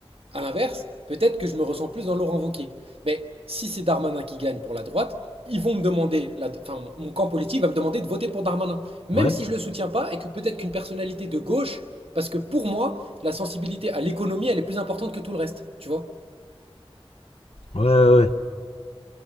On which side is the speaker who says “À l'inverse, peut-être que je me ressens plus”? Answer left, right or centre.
Right